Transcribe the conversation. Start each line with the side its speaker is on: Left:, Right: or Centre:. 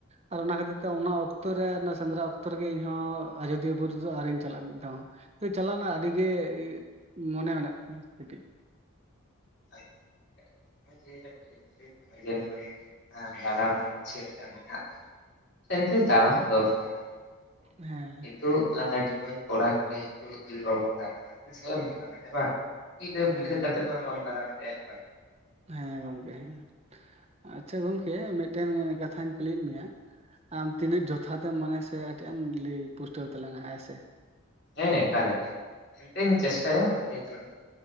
Right: ᱟᱨ ᱚᱱᱟ ᱠᱷᱟᱹᱛᱤᱨ ᱛᱮ ᱚᱱᱟ ᱚᱠᱛᱚ ᱨᱮ ᱚᱱᱟ ᱥᱮᱸᱫᱽᱨᱟ ᱚᱠᱛᱚ ᱨᱮᱜᱮ ᱤᱧᱦᱚᱸ ᱟᱡᱚᱫᱤᱭᱟᱹ ᱵᱩᱨᱩ ᱫᱚ ᱟᱣᱨᱤᱧ ᱪᱟᱞᱟᱜᱼᱟ ᱢᱤᱫ ᱫᱷᱟᱣ ᱦᱚᱸ ᱾ ᱛᱚ ᱪᱟᱞᱟᱣ ᱨᱮᱱᱟᱜ ᱟᱹᱰᱤ ᱜᱮ ᱢᱚᱱᱮ ᱢᱮᱱᱟᱜ ᱛᱤᱧᱟ ᱠᱟᱹᱴᱤᱡ
Left: <unintelligible> <unintelligible> ᱡᱮ ᱱᱚᱣᱟ ᱫᱟᱲᱟ ᱨᱮᱱᱟᱜ ᱤᱪᱪᱷᱟᱹ ᱢᱤᱫᱴᱟᱝ ᱢᱮᱱᱟᱜ ᱛᱟᱵᱱᱟ ᱮᱱᱛᱮ ᱫᱟᱲᱟ ᱦᱚᱸ ᱫᱚᱨᱠᱟᱨᱟ᱾
Right: ᱦᱮᱸ᱾
Left: ᱛᱚ ᱮ ᱡᱩᱣᱟᱹᱱ ᱠᱚᱲᱟ ᱠᱩᱲᱤ ᱦᱤᱛᱩᱜ ᱡᱩᱫᱤ ᱵᱟᱵᱚᱱ ᱫᱟᱬᱟᱱᱟ ᱛᱤᱥᱠᱟᱨᱮᱢ ᱫᱟᱬᱟᱱᱟ ᱦᱮ ᱵᱟᱝ᱾ ᱜᱤᱫᱨᱟᱹ
Right: ᱦᱮᱸ
Left: ᱯᱤᱫᱨᱟᱹ
Right: ᱦᱮᱸ
Left: ᱠᱟᱛᱮ ᱢᱟ ᱵᱟᱢ ᱫᱟᱲᱟ ᱫᱟᱲᱮᱭᱟ᱾
Right: ᱦᱮᱸ ᱜᱚᱢᱠᱮ ᱦᱮᱸ ᱟᱪᱪᱷᱟ ᱜᱚᱢᱠᱮ ᱢᱤᱫᱴᱮᱱ ᱠᱟᱛᱷᱟᱧ ᱠᱩᱞᱤᱭᱮᱜ ᱢᱮᱭᱟ ᱟᱢ ᱛᱤᱱᱟᱹᱜ ᱡᱚᱛᱷᱟ ᱮᱢ ᱢᱟᱱᱮ ᱥᱮ ᱠᱟᱴᱤᱡ ᱮᱢ ᱞᱟᱹᱭ ᱯᱩᱥᱴᱟᱹᱣ ᱛᱟᱞᱟᱝᱟ ᱦᱮᱸ ᱥᱮ
Left: ᱦᱮᱸ ᱮᱠᱟᱞ ᱮᱠᱟᱞ ᱮᱱᱛᱮᱧ ᱪᱮᱥᱴᱟᱭᱟ ᱢᱟ ᱞᱟᱹᱭ ᱛᱟᱞᱟᱝ ᱢᱮ